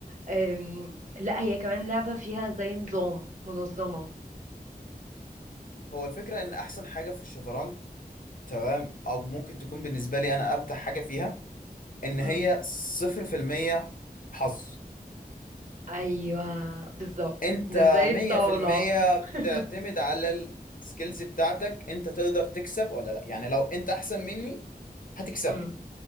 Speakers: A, on the right; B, on the left.
A: آم، لا هي كمان لعبة فيها زي نظام منظمة
B: هو الفكرة ان احسن حاجة في الشطرنج تمام او ممكن تكون بالنسبة لي انا امتع حاجة فيها ان
A: مم.
B: هي صفر في المية حظ
A: ايوه بالظبط
B: انت
A: مش زي
B: مية
A: الطاولة
B: في المية بتعتمد
A: <laughs>
B: على السكيلز بتاعتك انت تقدر تكسب ولا لا يعني لو انت احسن مني هتكسبني
A: مم.